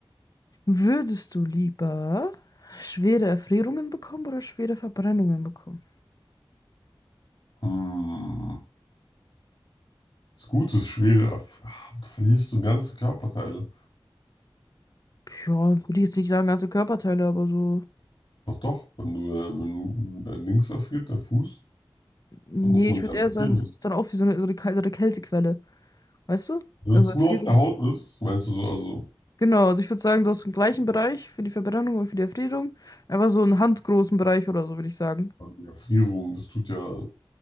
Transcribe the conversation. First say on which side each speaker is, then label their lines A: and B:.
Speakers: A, on the left; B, on the left.
A: Würdest du lieber schwere Erfrierungen bekommen oder schwere Verbrennungen bekommen?
B: Hm. Das Gute ist schwere. Erf- Ah, Du verlierst du ganze Körperteile.
A: Ja, würde ich jetzt nicht sagen, ganze Körperteile, aber so.
B: Doch, doch. Wenn du, äh, wenn du dein Links erfriert, der Fuß,
A: Nee,
B: dann muss man
A: ich würde
B: den
A: eher
B: amputieren.
A: sagen, das ist dann auch wie so eine, so eine, Kal- so eine Kältequelle. Weißt du?
B: Wenn
A: Also
B: es
A: Erfrierung.
B: nur auf der Haut ist, meinst du so, also
A: Genau, also ich würde sagen, du hast den gleichen Bereich für die Verbrennung und für die Erfrierung. Aber so einen handgroßen Bereich oder so, würde ich sagen.
B: die Erfrierung, das tut ja